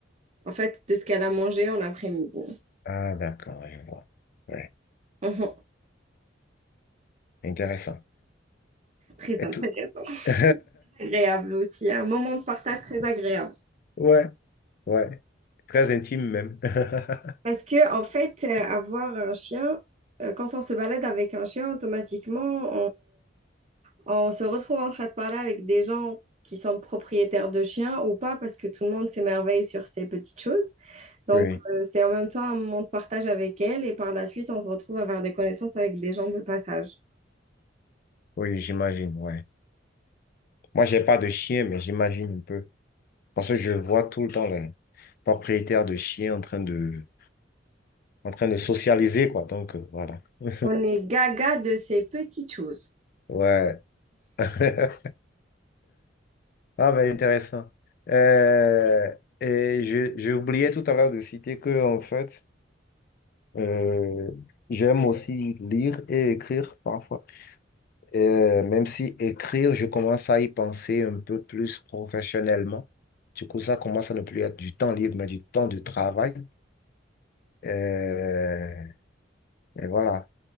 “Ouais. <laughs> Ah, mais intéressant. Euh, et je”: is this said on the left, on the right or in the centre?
Left